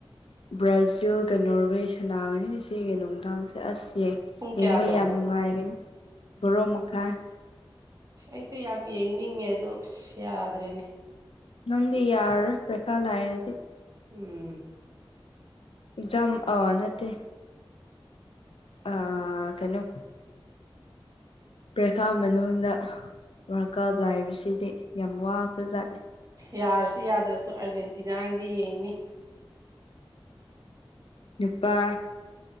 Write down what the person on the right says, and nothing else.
ꯄꯨꯡ
ꯀꯌꯥꯗꯣ
ꯑ ꯑꯩꯁꯨꯦ ꯌꯥꯝ ꯌꯦꯡꯅꯤꯡꯉꯦ ꯑꯗꯣ ꯑꯁ ꯌꯥꯗ꯭ꯔꯦꯅꯦ
ꯎꯝ
ꯌꯥꯔꯁꯨ ꯌꯥꯗ꯭ꯔꯁꯨ ꯑꯥꯔꯖꯦꯟꯇꯤꯅꯥꯒꯤꯗꯤ ꯌꯦꯡꯅꯤ